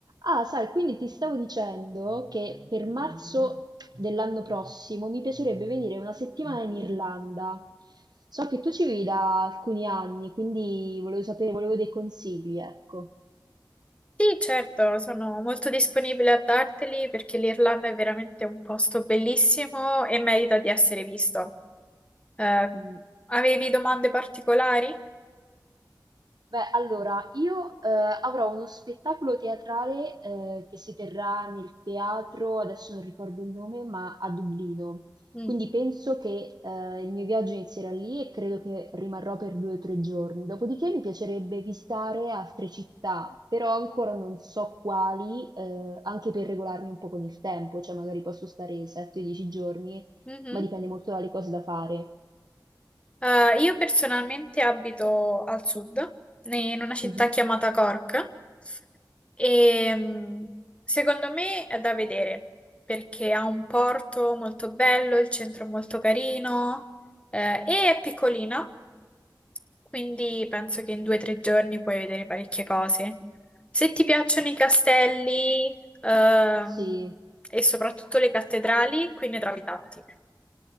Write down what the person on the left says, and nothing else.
Sì, certo, sono molto disponibile a darteli perché l'Irlanda è veramente un posto bellissimo e merita di essere visto. Eh,
avevi domande particolari?
Mm.
Mhm.
Eh, io personalmente abito al sud, in una città
chiamata Cork, e mm, secondo me è da vedere perché ha un porto molto bello, il centro è molto carino, eh, e è piccolina. Quindi penso che in due o tre giorni puoi vedere parecchie cose. Se ti piacciono i castelli, ehm,
e soprattutto le cattedrali, qui ne trovi tanti.